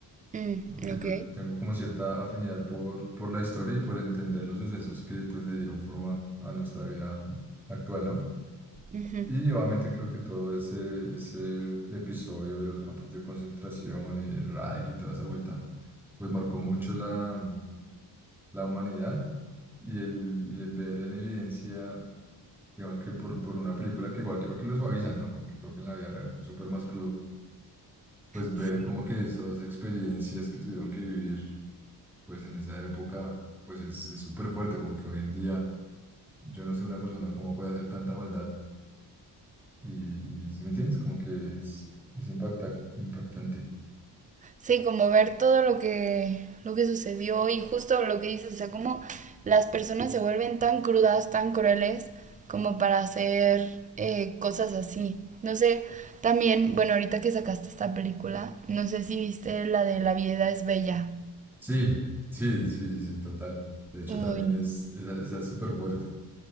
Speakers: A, on the right (about 20°); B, in the centre.
A: Mm,
B: porque
A: ok.
B: yo tengo como cierta afinidad por, por la historia y por entender los sucesos que pues le dieron forma a nuestra vida actual, ¿no?
A: Ujú.
B: Y obviamente creo que todo ese, ese episodio de los campos de concentración y el Reich y toda esa vuelta, pues marcó mucho la, la humanidad y el, y el ver en evidencia, digamos que por, por una película que igual creo que lo suavizan, ¿no? Porque creo que en la vida real fue súper más crudo, pues ver
A: Sí.
B: como que esas experiencias que tuvieron que vivir, pues en esa época, pues es es súper fuerte, como que hoy en día yo no sé una persona cómo puede hacer tanta maldad Y, y si me entiendes, como que es, es impacta, impactante.
A: Sí, como ver todo lo que, lo que sucedió y justo lo que dices, o sea, como las personas se vuelven tan crudas, tan crueles, como para hacer eh, cosas así. No sé, también, bueno, ahorita que sacaste esta película, no sé si viste la de La vida es bella.
B: Sí, sí, sí, sí, sí, total. De hecho,
A: Muy,
B: también es, esa, esa es súper fuerte.